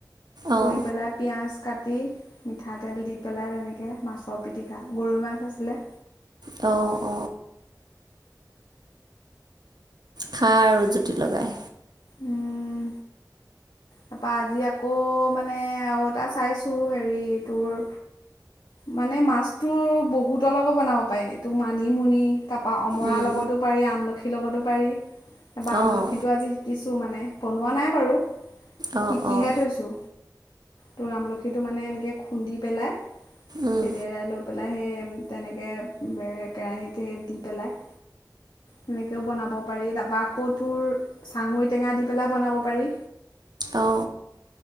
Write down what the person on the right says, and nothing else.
অঁ
অ। খা আৰু জুতি লগাই।
উম
অঁ
অঁ
অঁ
উম
অ।